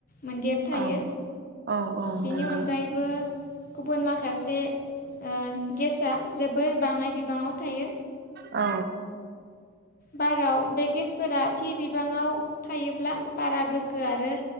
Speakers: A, on the left (about 45°); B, on the right (about 50°).
A: मोनदेर थायो।
B: औ औ औ
A: बेनि
B: नंगौ
A: अनगायैबो गुबुन माखासे <unintelligible> गेस आ जोबोर बाङाय बिबाङाव थायो।
B: औ।
A: बाराव बे गेसफोरा थि बिबाङाव थायोब्ला बारा गोग्गो आरो